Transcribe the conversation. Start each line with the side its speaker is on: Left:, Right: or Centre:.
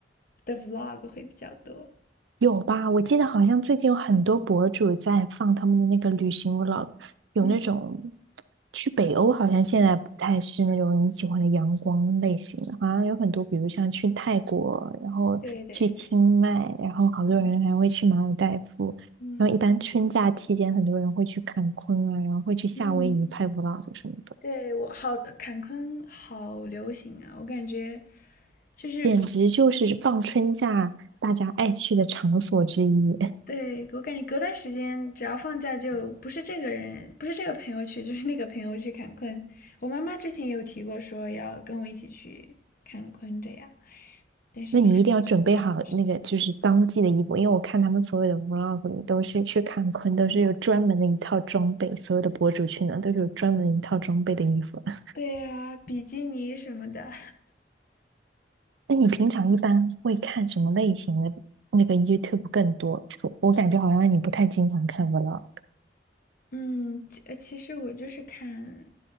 Left: 的 vlog 会比较多。
Right: 有吧？我记得好像最近有很多博主在放他们的那个旅行 vlog，有那种
Left: 嗯，
Right: 去北欧，好像现在不太是那种你喜欢的阳光类型的，好像有很多，比如像去泰国，然后去清迈，
Left: 对对对，
Right: 然后好多人还会去马尔代夫，
Left: 嗯嗯
Right: 然后一般春假期间，很多人会去看昆啊，然后会去夏威夷拍
Left: 嗯。
Right: vlog 什么的，
Left: 对，我好，坎昆好流行啊！我感觉就是，
Right: 简直就是放春假大家爱去的场所之一。
Left: 对，我感觉隔段时间只要放假就不是这个人，不是这个朋友去，就是那个朋友去坎昆。我妈妈之前也有提过说要跟我一起去坎昆这样，但是一看一直没有到时间。
Right: 那你一定要准备好那个就是当季的衣服，因为我看他们所有的 vlog 里都是去看昆，都是有专门的一套装备，所有的博主去呢都是有专门一套装备的衣服。<laughs>
Left: 对呀，比基尼什么的，
Right: 那你平常一般会看什么类型的那个 YouTube 更多？我感觉好像你不太经常看 vlog，
Left: <laughs> 嗯，其呃其实我就是看